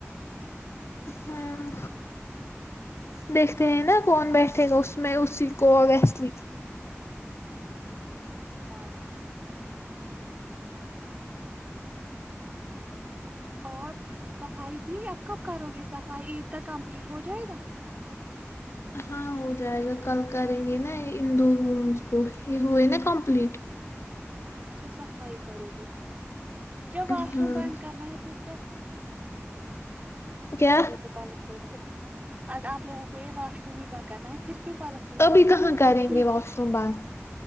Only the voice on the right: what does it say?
ہاں اور صفائی کی اپ کب کرو گے صفائی عید تک کمپلیٹ ہو جائے گا
اچھا صفائی کرو گے جب واش
روم بند کرنا ہے پھر کیا
آپ لوگ کو پالس ا آپ لوگوں کو یہ واش روم ہی بند کرنا ہے پھر کیوں پلستر کرنا
ہے پھر
تو ٹھیک
ہے